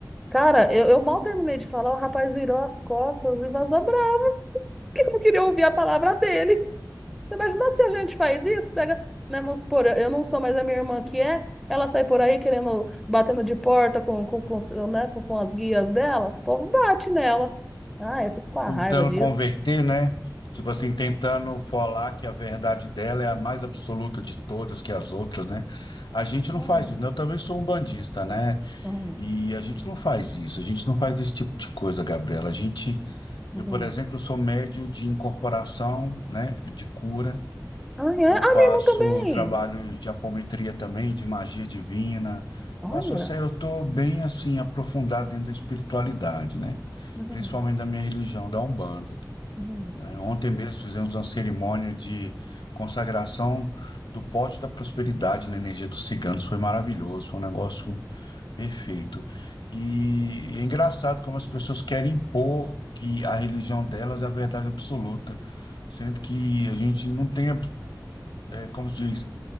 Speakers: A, in the centre; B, on the left.
A: Cara, eu, eu mal terminei de falar, o rapaz virou as costas e vazou bravo, <laughs> porque não queria ouvir a palavra dele. Você imagina se a gente faz isso, pega, né, vamos supor, eu eu não sou, mas a minha irmã que é, ela sai por aí querendo, batendo de porta com, com, com, né, com, com as guias dela, o povo bate nela. Ah, eu fico com a
B: Tentando
A: raiva disso.
B: converter, né? Tipo assim, tentando falar que a verdade dela é a mais absoluta de todas que as outras, né? A gente não
A: Hum,
B: faz isso, né? Eu também sou um bandista, né?
A: hum,
B: E a gente não faz isso, a gente não faz esse tipo de coisa, Gabriela. A gente,
A: uhum.
B: eu, por exemplo, sou médio de incorporação, né? De cura.
A: Ah, é?
B: Eu
A: Ah,
B: faço
A: minha irmã também.
B: trabalhos de apometria também, de magia divina.
A: Olha.
B: Faço uma série, eu estou bem assim, aprofundado dentro da espiritualidade, né?
A: Uhum,
B: Principalmente da minha religião, da Umbanda.
A: uhum,
B: né? Ontem mesmo fizemos uma cerimônia de consagração do pote da prosperidade na energia dos ciganos. Foi maravilhoso, foi um negócio perfeito. E é engraçado como as pessoas querem impor que a religião delas é a verdade absoluta, sendo que a gente não tem, eh, como se diz,